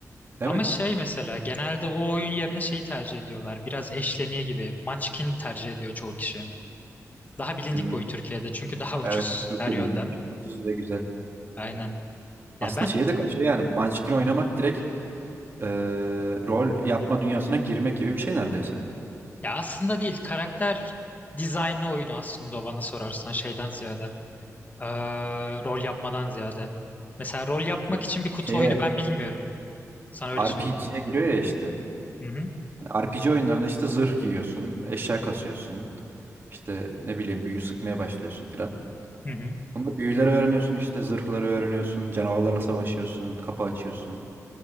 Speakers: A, on the right (about 40°); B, on the left (about 30°).
A: değil
B: Ama
A: mi?
B: şey mesela genelde o oyun yerine şeyi tercih ediyorlar. Biraz eşleniği gibi. Munchkin tercih ediyor çoğu kişi. Daha bilindik
A: Hmm,
B: bir oyun Türkiye'de çünkü daha <laughs> ucuz
A: evet çok
B: her
A: bilindik.
B: yönden.
A: Çok ucuz ve güzel.
B: Aynen. Ya
A: Aslında
B: ben
A: şeye de kaçıyor yani Munchkin oynamak direkt eee, rol yapma dünyasına girmek gibi bir şey neredeyse.
B: ya aslında değil karakter dizaynı oyunu aslında o bana sorarsan şeyden ziyade eee, rol yapmadan ziyade. Mesela rol yapmak
A: Ya-
B: için bir kutu
A: Şeye
B: oyunu ben bilmiyorum. Sana öyle
A: RPG'ye
B: söyleyeyim.
A: giriyor ya işte.
B: Hı hı.
A: RPG oyunlarında işte zırh giyiyorsun, eşya kasıyorsun. İşte ne bileyim büyü sıkmaya başlıyorsun filan.
B: Hı hı.
A: Bunda büyüleri öğreniyorsun işte zırhları öğreniyorsun, canavarlarla savaşıyorsun, kapı açıyorsun.